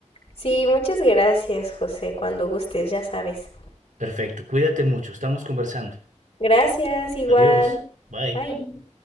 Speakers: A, on the left (about 50°); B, on the right (about 85°).
A: Sí, muchas gracias, José, cuando gustes, ya sabes.
B: Perfecto. Cuídate mucho. Estamos conversando.
A: Gracias, igual.
B: Adiós. Bye.
A: Bye.